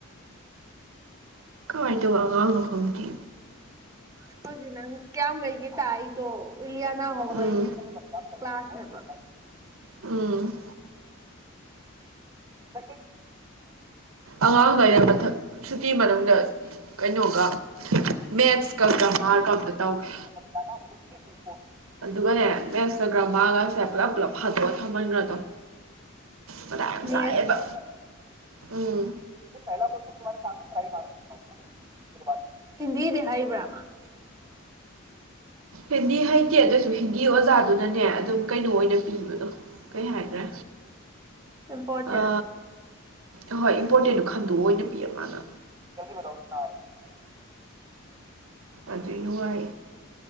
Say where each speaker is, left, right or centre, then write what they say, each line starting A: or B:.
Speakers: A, on the right (about 70°); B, on the right (about 15°).
A: ꯀꯃꯥꯏꯅ ꯇꯧꯕ ꯑꯉꯥꯡꯅꯣ ꯈꯡꯗꯦ
B: ꯍꯖꯤ ꯅꯪ ꯀꯌꯥꯝꯒꯩꯒꯤ ꯇꯥꯏꯗꯣ ꯀꯂꯤꯌꯥꯅ ꯃꯣꯏ
A: ꯎꯝ
B: ꯀꯥꯁꯅꯦꯕ
A: ꯎꯝ
B: ꯩ <inaudible>
A: ꯑꯉꯥꯡꯗ ꯑꯩꯅ ꯃꯊꯛ ꯁꯨꯇꯤ ꯃꯅꯨꯡꯗ ꯀꯩꯅꯣꯒ ꯃꯦꯠꯁ ꯀꯔꯝꯃꯥꯔ ꯀꯇ ꯇꯧꯏꯦ
B: <inaudible>
A: ꯑꯗꯨꯒꯅꯦ ꯃꯦꯁ ꯒꯔꯃꯥꯔꯒꯁꯦ ꯄꯨꯂꯞ ꯄꯨꯂꯞ ꯐꯗꯣꯛꯑ ꯊꯝꯍꯟꯒꯗꯣꯔꯝ ꯃꯥꯊ ꯌꯥꯝ
B: ꯃꯦꯠꯁꯂꯣ
A: ꯁꯥꯏꯌꯦꯕ ꯎꯝ
B: <unintelligible> ꯍꯤꯟꯗꯤꯗꯤ ꯍꯩꯏꯕ꯭ꯔꯥ ꯃꯥ
A: ꯍꯤꯟꯗꯤ ꯍꯩꯇꯦ ꯑꯗꯨꯑꯣꯏꯁꯨ ꯍꯤꯟꯗꯤ ꯑꯣꯖꯥꯗꯨꯅꯅꯦ ꯑꯗꯨꯝ ꯀꯩꯅꯣ ꯑꯣꯏꯅ ꯄꯕꯗꯣ ꯀꯩ ꯍꯥꯏꯒ꯭ꯔꯦ
B: ꯏꯝꯄꯣꯔꯇꯦꯟ
A: ꯑ ꯑꯍꯣꯏ ꯏꯝꯄꯣꯔꯇꯦꯟꯗꯣ ꯈꯟꯗꯣꯛ ꯑꯑꯣꯏꯅ ꯄꯤꯌꯦ ꯃꯥꯅ
B: ꯔꯦ <inaudible>
A: ꯑꯗꯨꯏ ꯅꯨꯡꯉꯥꯏ